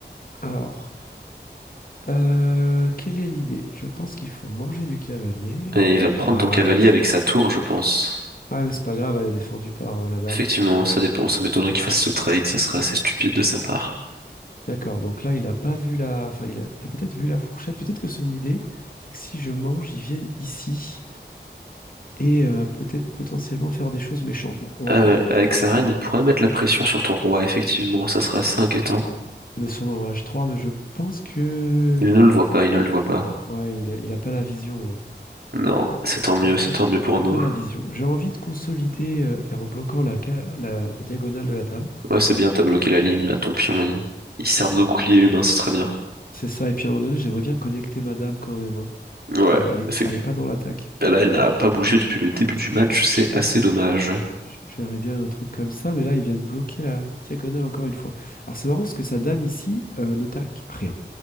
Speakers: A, on the left; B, on the right.
A: Alors, euh, quelle est l'idée? Je pense qu'il faut manger du cavalier.
B: Et il va prendre
A: Ah
B: ton cavalier
A: oui.
B: avec sa tour, je pense.
A: Ouais, mais c'est pas grave, elle est défendue par euh, la dame.
B: Effectivement, ça dépend, ça m'étonnerait qu'il fasse ce trade, ça serait assez stupide de sa part.
A: D'accord, donc là, il a pas vu la... Enfin, il a, il a peut-être vu la fourchette. Peut-être que son idée, c'est que si je mange, ils viennent ici et euh, peut-être potentiellement faire des choses méchantes. Bon, on
B: Ah
A: va voir.
B: ouais, avec sa reine, il pourrait mettre la pression sur ton roi, effectivement, ça serait assez inquiétant.
A: On est sur dans H3, mais je pense que...
B: Il ne le voit pas, il ne le voit pas.
A: Ouais, il a, il a pas la vision. hein.
B: Non, c'est tant mieux,
A: Il a pas,
B: c'est tant mieux pour
A: il a
B: nous.
A: pas la vision. J'ai envie de consolider euh, et en bloquant la, ca- la la diagonale de la dame.
B: Ouais, c'est bien, t'as bloqué la ligne là, ton pion, il, il sert de bouclier humain, c'est très bien.
A: C'est ça. Et puis à un moment donné, j'aimerais bien connecter Madame quand même, hein, parce
B: Ouais,
A: qu'elle est,
B: effectivement.
A: elle est pas dans l'attaque.
B: Là, elle n'a pas bougé depuis le début du match, c'est assez dommage.
A: Je je bien un truc comme ça, mais là, il vient de bloquer la diagonale encore une fois. Alors c'est marrant parce que sa dame ici euh, ne taque rien.